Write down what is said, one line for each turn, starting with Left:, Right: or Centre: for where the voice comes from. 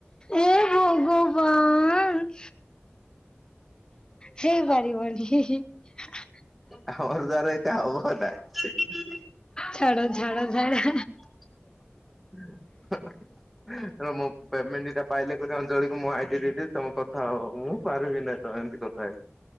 Left: ଏ ଭଗବାନ। ହେଇପାରିବନି ହି ହି ହା ହା ହା।
Centre: ଆ ହ ମୋ ଦ୍ୱାରା <unintelligible> ହବ ନା।
Left: ଛାଡ ଛାଡ ଛାଡ।
Centre: <unintelligible> ମୁଁ ପେମେଣ୍ଟ ଦି ଟା ପାଇଲେ <unintelligible> ଅଞ୍ଜଳି। <unintelligible> ମୁଁ ଆଇ ଡି ଦେଇ ଦେବି ତମେ କଥା ହବ ମୁଁ ପାରିବି ନାଇଁ ତମେ ଏମିତି କଥା ହେଇ।